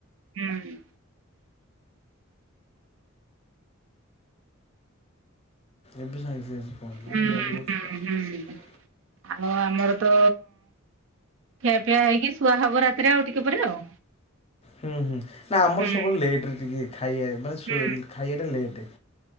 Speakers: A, on the right; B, on the left.
A: ହୁଁ।
B: ଏବେ ସାଙ୍ଗେ ସାଙ୍ଗେ ଆସିକି ପହଞ୍ଚିଲି
A: ହୁଁ
B: ବୁଲା ବୁଲି କରୁଥିଲି ତ।
A: ହୁଁ ହୁଁ ଆଉ ଆମର ତ ଖିଆପିଆ ହେଇକି ଶୁଆ ହବ ରାତିରେ ଆଉ ଟିକେ ପରେ ଆଉ
B: ହୁଁ ହୁଁ ନା ଆମର
A: ହୁଁ
B: ସବୁବେଳେ ଲେଟ୍ ରେ ଟିକେ ଖାଇବା ମାନେ ଶୋ
A: ହୁଁ
B: ଖାଇଆଟା ଲେଟେ।